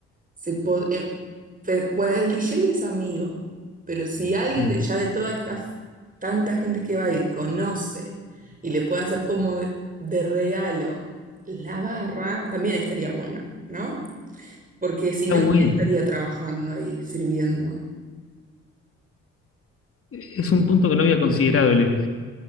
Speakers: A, on the right (about 30°); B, on the left (about 50°).
A: se po- em, pe- bueno, el DJ es amigo, pero si alguien
B: mm.
A: de, ya de toda esta f- tanta gente que va a ir conoce y le puede hacer como de, de regalo la barra, también estaría bueno, ¿no? Porque si
B: está
A: no, ¿quién
B: bueno.
A: estaría trabajando ahí, sirviendo?
B: Es un punto que no había considerado. Le-